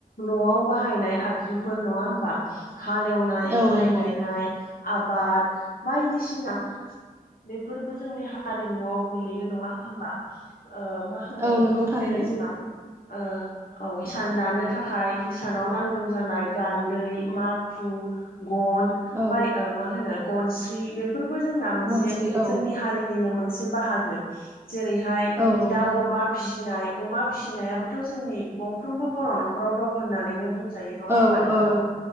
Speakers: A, on the left (about 80°); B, on the right (about 15°).
A: न'आव बाहायनाय आगजुफोर नङा होमबा? हालेवनाय
B: औ
A: माइ
B: नंगौ
A: गायनाय आबाद बाइदिसिना बेफोरबो जोंनि हारिमुआव गोलैयो नङा होमबा? ओ, मा होनो
B: औ नंगौ थारैनो
A: जेरै जोंना ओ, औ हिसान दानो थाखाय हिसानाव नांगौ जानाय गान्दै, माखु गन,
B: औ
A: फाय ओ, मा होनो! गनस्रि बे बेफोरबो जोंना मोनसे
B: बनस्रि औ
A: जोंनि हारिनिनो मोनसे बाहागो जेरैहाय
B: औ नंगौ
A: दाउ अमा फिसिनाय अमा फिसिनायाबोथ' जोंनि गंफ्रोमबो बर' न'खराव दं होननानैनो बुं यो, नङा
B: औ
A: होमबा नोंथां?
B: औ